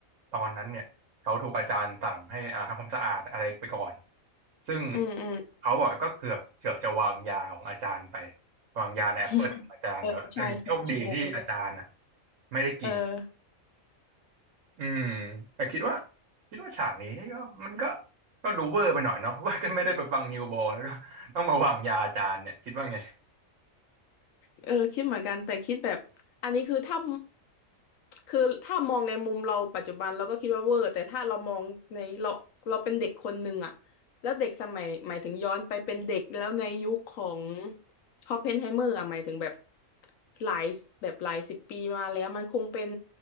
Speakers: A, on the right; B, on the left.
A: ตอนนั้นเนี่ยเขาถูกอาจารย์สั่งให้อ่าทำความสะอาดอะไรไปก่อนซึ่ง
B: อืมอืม
A: เขาบอกก็เกือบเกือบจะวางยาของอาจารย์ไปวางยาในแอปเปิลของอาจารย์เนอะยังโชคดีที่อาจารย์อ่ะ
B: <laughs> เออใช่ใช่ใช่
A: ไม่ได้กิน
B: เออ
A: อืมแต่คิดว่าคิดว่าฉากนี้นี่ก็มันก็ก็ดูเวอร์ไปหน่อยเนาะเพราะว่าก็ไม่ได้ไปฟังนิวโบแล้วก็ต้องมาวางยาอาจารย์เนี่ยคิดว่าไง
B: เออคิดเหมือนกันแต่คิดแบบอันนี้คือถ้าคือถ้ามองในมุมเราปัจจุบันเราก็คิดว่าเวอร์แต่ถ้าเรามองในเราเราเป็นเด็กคนหนึ่งอะแล้วเด็กสมัยหมายถึงย้อนไปเป็นเด็กแล้วในยุคของฮอปเพนไฮเมอร์อะหมายถึงแบบหลายแบบหลายสิบปีมาแล้วมันคงเป็น